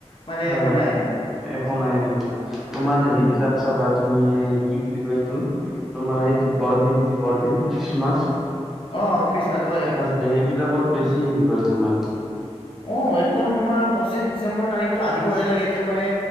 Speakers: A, on the left; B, in the centre.
A: মানে
B: হয়
A: একো নাই আৰু।
B: একো নাই একো নাই তোমাৰ হেৰি
A: উম
B: বিলাক।
A: উম।
B: চাবা তুমি কি বুলি কয় এইটো তোমাৰ এইটো বৰদিন যি বৰদিন খ্ৰীষ্টমাছ
A: অ অ খ্ৰীষ্টমাছ হয় হয়।
B: যে এইবিলাকত বেছি হেৰি কৰে তোমাৰ!
A: অ একদম তোমাৰ পঁচিশ ডিচেম্বৰ তাৰিখটো আহিবহে লাগে একেবাৰে